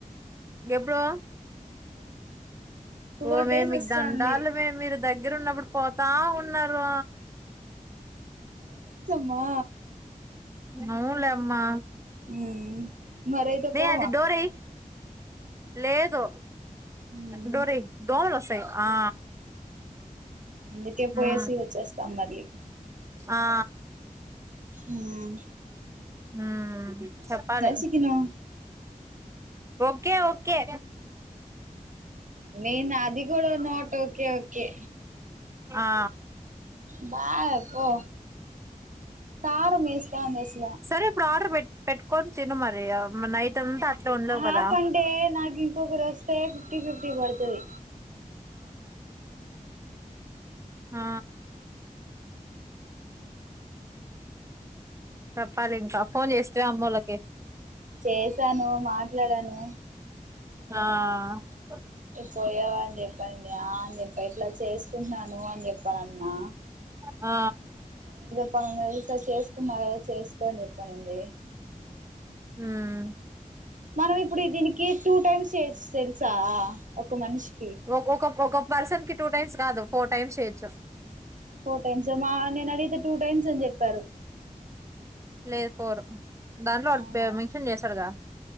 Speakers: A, on the right; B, on the right.
A: ఇంకెప్పుడు
B: ఫోర్
A: ఓ మేము
B: డేస్
A: మీకు
B: వస్తాంది
A: దండాలు మే మీరు దగ్గర ఉన్నప్పుడు పోతా ఉన్నారు
B: మా
A: అవునులే అమ్మా
B: మ్మ్ మరయితే పో
A: అది డోరేయ్ లేదు
B: అందుకే
A: డోర్ ఎయ్ డో సే ఆ
B: అందుకే పోయేసి
A: ఉమ్
B: వచ్చేస్తా మళ్ళీ
A: ఆ
B: ఓవ్
A: మూ చెప్పాలే
B: చికెను
A: ఓకే ఓకే
B: మెయిన్ అది కూడా కూడా నోట్ ఓకే ఓకే
A: ఆ ఆ
B: బా పో కారం వేస్తాంది అసల
A: సరే ఇప్పుడు ఆర్డర్ పెట్ట్ పెట్కొని తిను మరి అ నైట్ అంతా అట్లే ఉండలేవు
B: హాఫ్
A: కదా
B: అన్ డే నా ఇంకరు వొస్తే ఫిఫ్టీ ఫిఫ్టీ పడుతది
A: ఆ చెప్పాలి ఇంకా ఫోన్ చేస్తివా అమ్మల్లకి
B: చేసాను మాట్లాడాను
A: ఆ ఓ <inaudible>
B: పోయావా అని చెప్పండి అ అని చెప్పి ఇట్లా చెస్తుందని చెప్పండి అమ్మ
A: ఆ
B: ప చేసుకున్నారు కదా చేసుకోని చెప్పండి
A: హ్మ్మ్
B: మనం ఇప్పుడు దీనికి టూ టైమ్స్ చేయొచ్చు తెలుసా ఒక మనిషికి
A: వ ఓ క వ క పర్సన్ కి టూ టైమ్స్ కాదు ఫోర్ టైమ్స్ చేయొచ్చు
B: ఫోర్ టైమ్స్ మా నేను అడిగితే టూ టైమ్స్ అని చెప్పారు
A: లేదు ఫోర్ దాంట్లో వాడు
B: అవునా
A: పే మెన్షన్ చేసాడుగా